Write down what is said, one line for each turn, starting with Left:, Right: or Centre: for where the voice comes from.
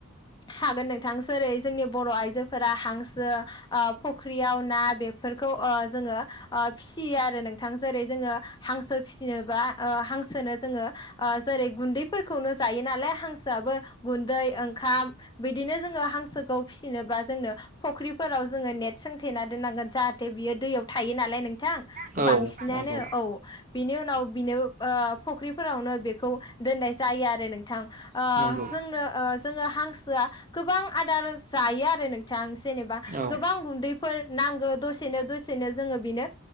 Left: हागोन नोंथां जेरै जोंनि बर' आइजोफोरा हांसो ओ फुख्रियाव ना बे फोरखौ ओ जोङो फिसियो आरो नोंथां जेरै जोङो हांसो फिसिनोबा हांसोनो जोङो ओ जेरै गुन्दैफोरखौनो जायोनालाय हां हांसोआबो गुन्दै ओंखाम बिदिनो जोङो हांसोखौ फिसिनोबा जोंनो फुख्रिफोराव जोङो नेट सोंथेना दोननांगोन जाहाथे बियो दैयाव थायो नालाय नों थां
Right: औ
Left: बांसिनानो
Right: नंगौ
Left: औ बिनि उनाव बिनो ओ फुख्रिफोरावनो बेखौ दोननाय जायो आरो नोंथां ओ
Right: नंगौ
Left: जोंनो ओ जोङो हांसोआ गोबां आदार जायो आरो। नोंथां जेनेबा
Right: औ
Left: गोबां गुन्दैफोर नांगौ दसे नो दसेनो जोङो बिनो